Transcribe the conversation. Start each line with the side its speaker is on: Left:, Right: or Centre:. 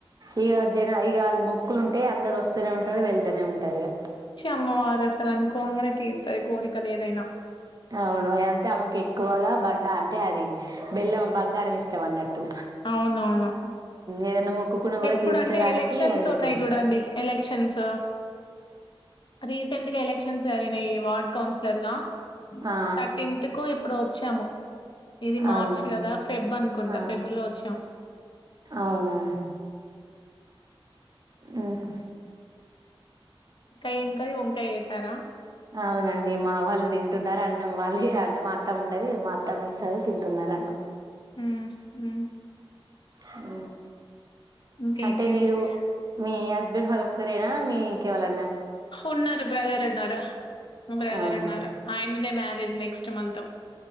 Right: ఇక జన ఇక మొక్కులు ఉంటే అందరు వస్తూనే ఉంటారు వెళ్తూనే ఉంటారు ఇక
Left: <inaudible> తీరుతది కోరికలేదైనా.
Right: అవును అంటే ఆమెకు ఎక్కువగా బండ అంటే అది బెల్లం బంగారం ఇష్టం అన్నట్టు
Left: అవునవును.
Right: ఏదైనా మొక్కుకున్న కూడా
Left: ఎప్పుడంటే
Right: తీర్చడానికి
Left: ఎలక్షన్స్
Right: అది పెట్టచ్చు
Left: ఉన్నాయి జూడండి ఎలక్షన్స్ రీసెంట్‌గా ఎలక్షన్స్ జరిగినాయి వార్డు కౌన్సిలర్గా
Right: ఆ
Left: థర్టీన్త్ కు ఇప్పుడు వచ్చాము ఇది మార్చ్
Right: అవునా
Left: కదా ఫెబ్ అనుకుంటా
Right: ఆ
Left: ఫెబ్ లో వచ్చాము
Right: అవునా అహ
Left: ఇంకా ఏం కాయ వంకాయ చేసారా
Right: అవునండి మా వాళ్ళు తింటున్నరు అన్నం వాళ్ళు అంటే మా అత్తమ్మ ఉంటది మా అత్తమ్మ ఏస్తంది తింటున్నారు అన్నం
Left: హ హె
Right: హ
Left: ఇంకేంటి
Right: అంటే మీరు
Left: విశేషాలు?
Right: మీ హస్బ మీరు ఒక్కరేనా మీ ఇంకెవళ
Left: ఉన్నారు బ్రదర్ ఉన్నారు బ్రదర్
Right: అవునా
Left: ఉన్నారు ఆయనదే మ్యారేజ్ నెక్స్ట్ మంత్